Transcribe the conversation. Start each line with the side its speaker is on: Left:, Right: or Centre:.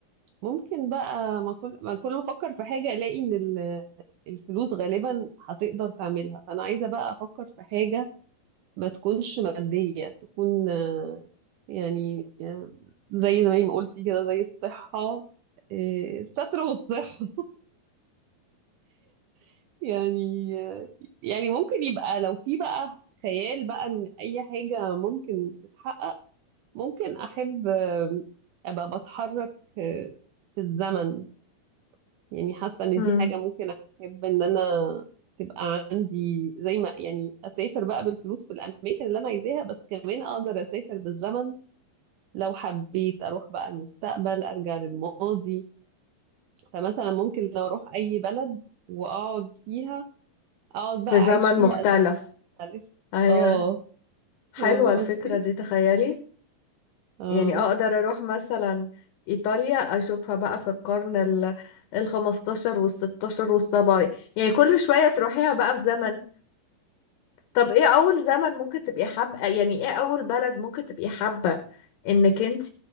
Right: ممكن بقى ما كل ما كل ما افكر في حاجه الاقي ان ال- الفلوس غالبا هتقدر تعملها فانا عايزه بقى افكر في حاجه ما تكونش ماديه تكون آه، يعني آه، زي زي ما قلتي كده زي الصحه آه، الستر والصحه <laughs> يعني آه، يعني ممكن يبقى لو في بقى خيال بقى ان اي حاجه ممكن تتحقق ممكن احب آه، ابقى بتحرك آه، في الزمن يعني حاسة ان
Left: امم
Right: دي حاجة ممكن احب ان انا تبقى عندي زي ما يعني اسافر بقى بالفلوس في الاماكن اللي انا عايزاها بس كمان اقدر اسافر بالزمن لو حبيت اروح بقى المستقبل ارجع للماضي فمثلا ممكن لو اروح اي بلد واقعد فيها اقعد بقى
Left: في
Right: اعيش
Left: زمن
Right: فيها
Left: مختلف
Right: ازمنة مختلفة
Left: ايوه
Right: اه
Left: حلوه
Right: فاهمة قصدي
Left: الفكره دي تخيلي
Right: اه
Left: يعني اقدر اروح مثلا ايطاليا اشوفها بقى في القرن ال ال 15 وال 16 وال 17 يعني كل شوية تروحيها بقى في زمن طب ايه اول زمن ممكن تبقي حابة يعني ايه اول بلد ممكن تبقي حابة انك انت